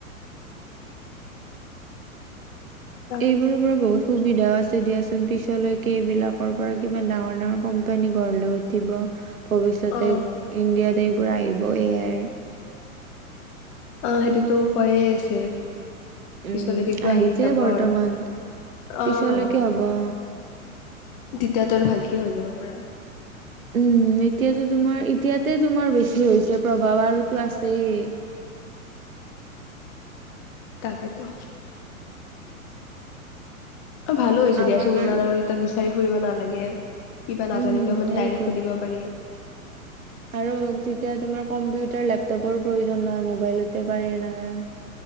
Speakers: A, on the left; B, on the right.
A: তাক
B: এইবোৰৰ পৰা বহুত সুবিধাও আছে দিয়াচোন পিছলৈকে এইবিলাকৰ পৰা কিমান ডাঙৰ ডাঙৰ কম্পেনী গড় লৈ উঠিব। ভৱিষ্যতে
A: অঁ
B: ইণ্ডিয়াত এইবোৰ আহিব এ-আই ৰ।
A: অ সেইটোতো কয়ে আছে। পিছলৈকেতো
B: উম আহিছে
A: আহি যাব
B: বৰ্তমান
A: আৰু
B: পিছলৈকে
A: অঁ
B: হব অ।
A: তেতিয়া তৰ ভালকে হৈ যাব পুৰা
B: উম এতিয়াতো তোমাৰ এতিয়াতে তোমাৰ বেছি হৈছে প্ৰভাৱ আৰু তো আছেই
A: তাকেতো অ ভালো হৈছে
B: আমাৰ
A: দিয়াচোন
B: কাৰণ
A: ইমান আৰু ইতিয়া বিচাৰি ফুৰিব নালাগে কিবা নাজানিলেও
B: উম
A: মানে
B: সেইটো
A: ডাইৰেক্ট সুধিব পাৰি।
B: আৰু তেতিয়া তোমাৰ কম্পিউটাৰ লেপটপৰো প্ৰয়োজন নহয় মোবাইলতে পাৰি এনেকে।